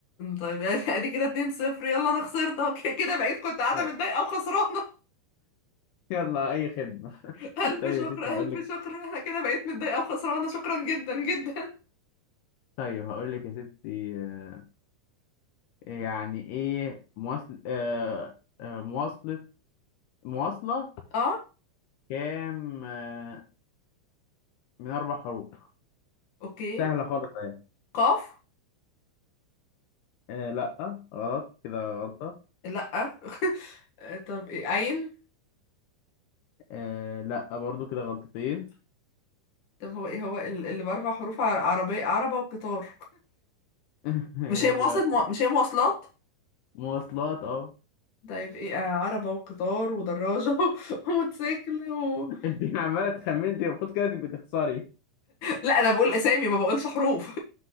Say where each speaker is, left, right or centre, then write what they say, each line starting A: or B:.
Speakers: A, on the left; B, on the left.
A: طيب يعني <laughs> ادي كده 2-0 يلا انا خسرت اهو ك- كده بقيت كنت قاعده
B: طيب.
A: متضايقه وخسرانه
B: يلا أي خدمة <laughs>
A: <laughs> الف
B: طيب
A: شكر
B: يا ستي هقول
A: الف
B: لك
A: شكر انا كده بقيت متضايقه وخسرانه شكرا جدا جدا
B: طيب هقول لك يا ستي آه، يعني ايه مواصل آه، آه، مواصلة مواصلة
A: <laughs> اه
B: كام آه، من أربع حروف
A: اوكي
B: سهلة خالص أهي
A: قاف
B: آه، لأ غلط كده غلطة
A: لا <laughs> طب إيه؟ عين
B: آه، لأ برضو كده غلطتين
A: طب هو ايه هو ال- اللي باربع حروف ع- عربيه عربه وقطار
B: <laughs>
A: <laughs>
B: يلا
A: مش هي مواصلات مو... مش هي مواصلات
B: مواصلات اه
A: طيب ايه آه، عربه وقطار ودراجه <laughs> وموتوسيكل و...
B: <laughs> انت عمالة تخمني انت المفروض كده تبقي تخسري
A: لا انا بقول اسامي ما بقولش حروف